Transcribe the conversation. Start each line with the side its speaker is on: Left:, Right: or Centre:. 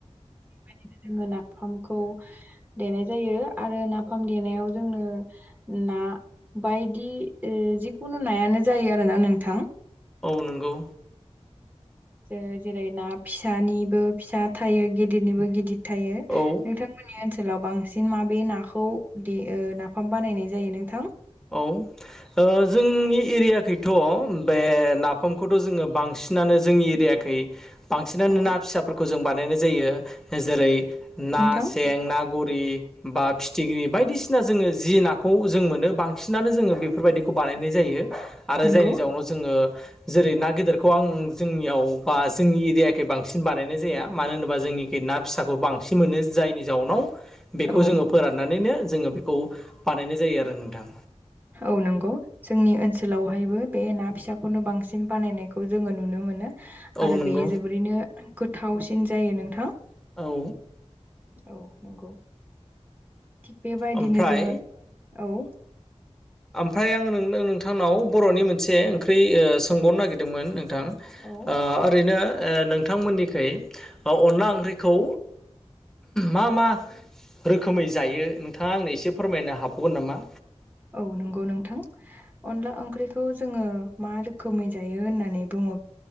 Right: बेदिनो जोङो नाफामखौ देनाय जायो आरो नाफाम देनायाव जोंनो। ना बायदि ओ-जिखुनु नायानो जायो आरोना नोंथां।
Centre: औ नोंगौ
Right: ज-जेरै ना फिसानिबो फिसा थायो गिदिरनिबो गिदिर थायो नोंथां।
Centre: औ
Right: मोननि ओनसोलाव बांसिन माबे नाखौ दे ओ-नाफाम बानायनाय जायो नोंथां?
Centre: औ जोंनि एरियाखैथ' बे नाफामखौथ' जोङो बांसिनानो जोंनि एरियख बै बांसिनानो
Right: औ
Centre: ना फिसाफोरखौ जों बानायनाय जायो जेरै ना
Right: नोंथां
Centre: सें ना गरि बा फिथिग्रि बायदिसिना जोङो जि नाखौ जों मोनो बां सिनानो जोङो बेफोरबायदिखौ बानायनाय जायो आरो
Right: नंगौ
Centre: जायनि जाउनाव जोङो जेरै ना गेदेरखौ आं जोंनियाव बा जोंनि एरियाखै बांसिन बानायनाय जाया मानो होनोबा जोंनि ना फिसाखौ बांसिन मोनो जायनि जाउनाव बेखौ
Right: औ
Centre: जोङो फोरान नानैनो जोङो बेखौ बानायनाय जायो आरो नोंथां।
Right: औ नंगौ जोंनि ओनसोलावहायबो बे ना फिसाखौनो बांसिन बानायनायखौ जोङो नुनो मोनो
Centre: औ
Right: आरो
Centre: नंगौ
Right: बे जोबोरैनो गोथावसिन जायो नोंथां
Centre: औ
Right: औ नंगौ थिग बेबायदिनो
Centre: ओमफ्राय
Right: जोङो औ
Centre: ओमफ्राय आं नोंथांनाव बर'नि मोनसे ओंख्रि सोंबावनो नागिरदोंमोन नोंथां
Right: औ
Centre: ओ ओरैनो ओ नोंथांमोननिखै अनला ओंख्रिखौ मा मा रोखोमै जायो नोंथाङा आंनो एसे फोरमायनो हाबावगोन नामा?
Right: औ नंगौ नोंथां अनला ओंख्रिखौ जोङो मा रोखोमै जायो होननानै बुङो